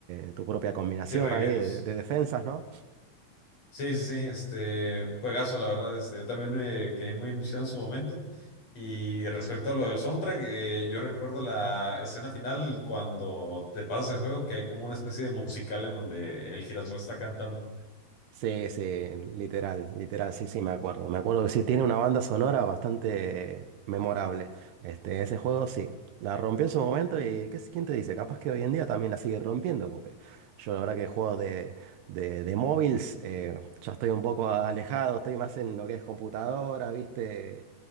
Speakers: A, on the right (about 75°); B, on the left (about 40°).
A: eh, tu propia combinación
B: Sí, revivirlos.
A: ahí de, de de defensas, ¿no?
B: Sí, sí, sí, este, juegazo, la verdad. Este, yo también me quedé muy enviciado en su momento. Y respecto a lo del soundtrack, eh, yo recuerdo la escena final cuando te pasas el juego, que hay como una especie de musical en donde el girasol está cantando.
A: Sí, sí, literal, literal, sí, sí, me acuerdo. Me acuerdo que sí, tiene una banda sonora bastante memorable. Este, ese juego sí, la rompió en su momento y ¿qué, es- quién te dice? Capaz que hoy en día también la sigue rompiendo, porque yo la verdad que juego de, de, de móviles, eh, ya estoy un poco alejado, estoy más en lo que es computadora, ¿viste?